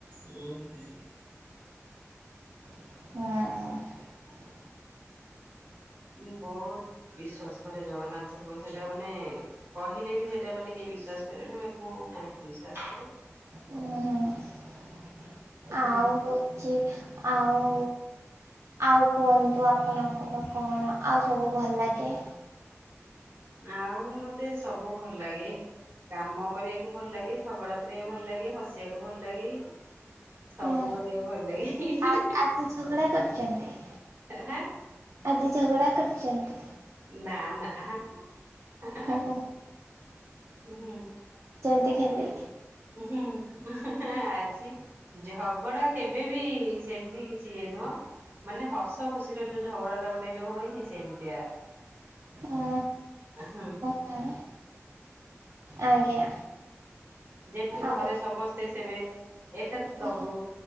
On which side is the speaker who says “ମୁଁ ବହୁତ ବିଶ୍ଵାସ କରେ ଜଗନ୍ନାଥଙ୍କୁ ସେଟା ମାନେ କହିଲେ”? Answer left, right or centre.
Right